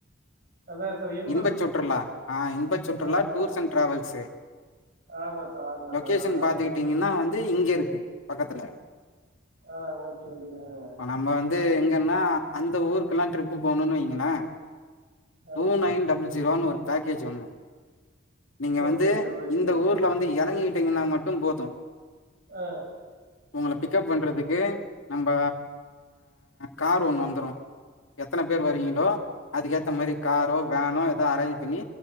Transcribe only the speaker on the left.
இன்பச் சுற்றுலா ஆஹ் இன்ப சுற்றுலா
டூர்ஸ்
அண்ட் டிராவல்ஸ்
லொகேஷன்
பாாரத்துக்கிட்டீங்கன்னா
வந்து இங்க இருக்கு பக்கத்துல
இ நம்ம வந்து எங்க அ அந்த ஊருக்குெல்லா ட்ரிப்பு போகணும்னு வைங்களே
டு நைன் டபள் ஜிரோ ஒரு பேக்கேஜ் ஒண்னு நீங்க
வந்து
இந்த ஊர்ல வந்து இறங்கிட்டு ந்திங்கன்னா மட்டு போது
உங்கள பிக்கப் பண்றதுக்கு நம்ப கார் ஆஹ் ஒன்னு வந்துரு எத்தன பேர் வரீங்களோ
அதுக்கேத்த மாரி காரோ
வேனோ ஏதோ அரேஞ்ச் பண்ணி